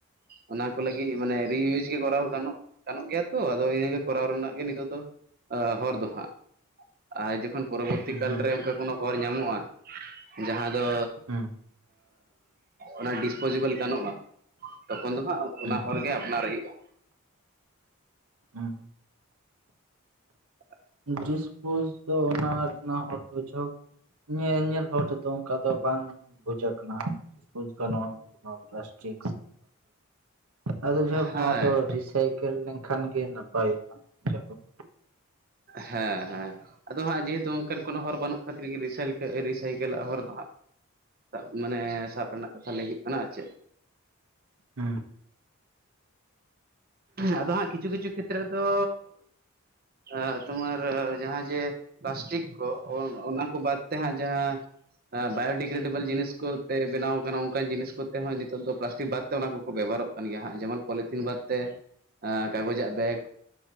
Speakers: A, on the right (about 45°); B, on the right (about 90°).
A: ᱚᱱᱟ ᱠᱚ ᱞᱟᱹᱜᱤᱫ ᱢᱟᱱᱮ ᱨᱤᱭᱩᱡᱽ ᱜᱮ ᱠᱚᱨᱟᱣ ᱜᱟᱱᱚᱜ ᱜᱟᱱᱚᱜ ᱜᱮᱭᱟ ᱛᱚ ᱟᱫᱚ ᱤᱱᱟᱹᱜᱮ ᱠᱚᱨᱟᱣ ᱨᱮᱱᱟᱜ ᱜᱮ ᱱᱤᱛᱚᱜ ᱫᱚ ᱦᱚᱨ ᱫᱚ ᱦᱟᱸᱜ ᱟᱨ ᱡᱚᱠᱷᱚᱱ ᱯᱚᱨᱚᱵᱚᱨᱛᱤ
B: ᱦᱩᱸ
A: ᱠᱟᱞᱨᱮ
B: ᱦᱩᱸ
A: ᱚᱱᱠᱟ ᱠᱳᱱᱳ ᱦᱚᱨ ᱧᱟᱢᱚᱜᱼᱟ ᱡᱟᱦᱟᱸ ᱫᱚ
B: ᱦᱩᱸ
A: ᱚᱱᱟ ᱰᱤᱥᱯᱚᱡᱤᱵᱮᱞ ᱜᱟᱱᱚᱜᱼᱟ ᱛᱚᱠᱷᱚᱱ ᱫᱚ ᱦᱟᱸᱜ ᱚᱱᱟ
B: ᱦᱩᱸ
A: ᱦᱚᱨᱜᱮ ᱟᱯᱱᱟᱨ ᱦᱩᱭᱩᱜᱼᱟ
B: ᱦᱩᱸ
A: <inaudible>
B: ᱰᱤᱥᱯᱩᱥ ᱫᱚ ᱚᱱᱟ ᱨᱮᱱᱟᱜ <unintelligible> ᱚᱛᱚ ᱡᱷᱚᱠ ᱧᱮᱧᱮᱞ ᱦᱚᱲ ᱛᱮᱫᱚ ᱚᱱᱠᱟ ᱫᱚ ᱵᱟᱝ ᱵᱩᱡ ᱟᱠᱟᱱᱟ ᱡ <unintelligible> ᱯᱟᱞᱟᱥᱴᱤᱠ ᱟᱫᱚ ᱡᱟᱭᱦᱚᱠ
A: ᱦᱮᱸ
B: ᱱᱚᱣᱟ ᱫᱚ ᱨᱤᱥᱟᱭᱠᱮᱞ ᱞᱮᱱᱠᱷᱟᱱ ᱜᱮ ᱱᱟᱯᱟᱭ ᱠᱚᱼᱟ ᱡᱟᱭ ᱦᱚᱠ
A: ᱦᱮᱸ ᱦᱮᱸ ᱟᱫᱚ ᱦᱟᱸᱜ ᱡᱮᱦᱮᱛᱩ ᱚᱱᱠᱟᱱ ᱠᱚᱱᱚ ᱦᱚᱨ ᱵᱟᱹᱱᱩᱜ ᱠᱷᱟᱹᱛᱤᱨ ᱨᱤᱥᱟᱭᱠ ᱨᱤᱥᱟᱭᱠᱮᱞᱟᱜ ᱦᱚᱨ ᱫᱚ ᱦᱟᱸᱜ ᱢᱟᱱᱮ ᱥᱟᱵ ᱨᱮᱱᱟᱜ ᱠᱟᱛᱷᱟ ᱞᱟᱹᱭ ᱦᱩᱭᱩᱜ ᱠᱟᱱᱟ ᱟᱨ ᱪᱮᱫ
B: ᱦᱩᱸ
A: ᱟᱫᱚ ᱦᱟᱸᱜ ᱠᱤᱪᱷᱩ ᱠᱤᱪᱷᱩ ᱠᱷᱮᱛᱨᱚ ᱫᱚ ᱟ ᱛᱩᱢᱟᱨ ᱡᱟᱦᱟᱸ ᱡᱮ ᱯᱟᱞᱟᱥᱴᱤᱠ ᱠᱚ ᱚᱱᱟ ᱠᱚ ᱵᱟᱫ ᱛᱮᱦᱟᱸᱜ ᱡᱟᱦᱟ ᱵᱟᱭᱳᱰᱤᱜᱨᱮᱰᱮᱵᱮᱞ ᱡᱤᱱᱤᱥ ᱠᱚᱛᱮ ᱵᱮᱱᱟᱣ ᱠᱟᱱᱟ ᱚᱱᱠᱟᱱ ᱡᱤᱱᱤᱥ ᱠᱚᱛᱮ ᱦᱚᱸ ᱱᱤᱛᱚᱜ ᱫᱚ ᱯᱟᱞᱟᱥᱴᱤᱠ ᱵᱟᱫ ᱛᱮ ᱚᱱᱟ ᱠᱚ ᱵᱮᱵᱷᱟᱦᱟᱨᱚᱜ ᱠᱟᱱ ᱜᱮᱭᱟ ᱦᱟᱸᱜ ᱡᱮᱢᱚᱱ ᱯᱚᱞᱤᱛᱤᱱ ᱵᱟᱫ ᱛᱮ ᱠᱟᱜᱚᱡᱟᱜ ᱵᱮᱜᱽ